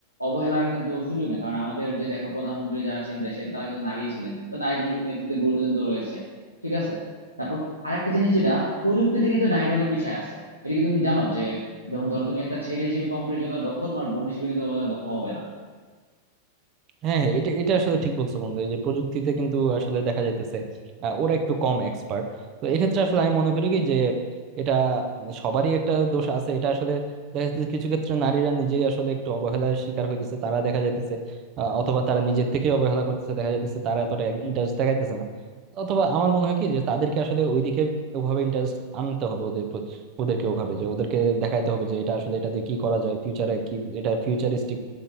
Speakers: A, on the right; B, on the right.
A: অবহেলার কিন্তু সুযোগ নেই কারণ আমাদের যে দেখো প্রধানমন্ত্রী যারা ছিলেন দেশে তারা কিন্তু নারী ছিলেন তো নারী নেতৃত্বের গুরুত্ব কিন্তু রয়েছে ঠিক আছে তারপর আরেকটা জিনিস যেটা প্রযুক্তিতে কিন্তু নারীরা অনেক পিছিয়ে আছে এটা কি তুমি জানো যে যেমন ধরো তুমি একটা ছেলে হিসেবে কম্পিউটার যতটা দক্ষ তোমার বোন হিসেবে কিন্তু ততটা দক্ষ হবে না
B: হ্যাঁ হ্যাঁ এটা এটা আসলে ঠিক বলছো বন্ধু এই যে প্রযুক্তিতে কিন্তু আসলে দেখা যাইতেছে আহ, ওরা একটু কম এক্সপার্ট তো এক্ষেত্রে আসলে আমি মনে করি কি যে এটা মানে সবারই একটা দোষ আছে এটা আসলে দেখা যাচ্ছে কিছু ক্ষেত্রে নারীরা নিজেই আসলে একটু অবহেলার শিকার হইতেছে তারা দেখা যাইতেছে আহ, অথবা তারা নিজের থেকে অবহেলা করতেছে দেখা যাইতেছে তারা এতটা ইন্টারেস্ট দেখাইতেছে না অথবা আমার মনে হয় কি যে তাদেরকে আসলে ওইদিকে ওভাবে ইন্টারেস্ট আনতে হবে ওদের প্রতি- ওদেরকে ওভাবে যে ওদেরকে দেখাইতে হবে যে এটা আসলে এটা দিয়ে কি করা যায় ফিউচারে কি এটা ফিউচারিস্টিক